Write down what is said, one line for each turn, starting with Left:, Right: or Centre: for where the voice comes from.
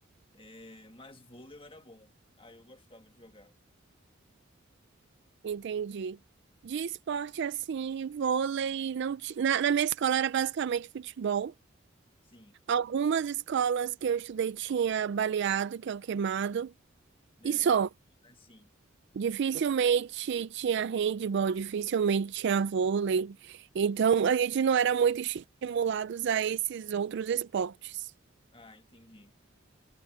Left: É, mas vôlei eu era bom. Aí eu gostava de jogar.
Right: Entendi. De esporte assim, vôlei, não ti- na, na minha escola era basicamente futebol.
Left: Sim.
Right: Algumas escolas que eu estudei tinha baleado, que é o queimado,
Left: Né?
Right: e só.
Left: Dodgeball, né? Sim.
Right: Dificilmente tinha handball, dificilmente tinha vôlei. Então, a gente não era muito estimulados a esses outros esportes.
Left: Ah, entendi.